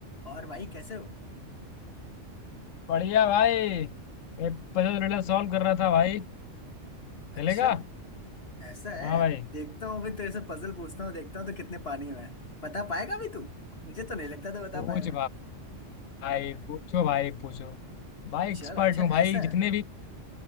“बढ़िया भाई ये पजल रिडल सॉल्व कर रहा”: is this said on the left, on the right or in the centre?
Left